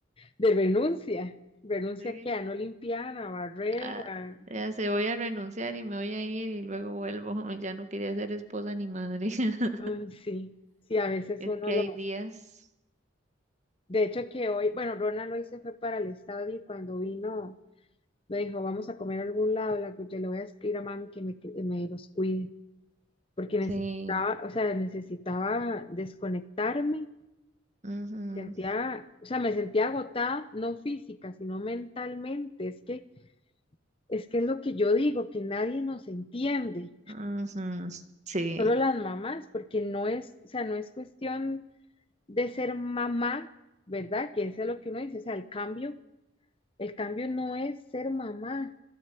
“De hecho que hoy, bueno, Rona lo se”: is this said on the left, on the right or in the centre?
Left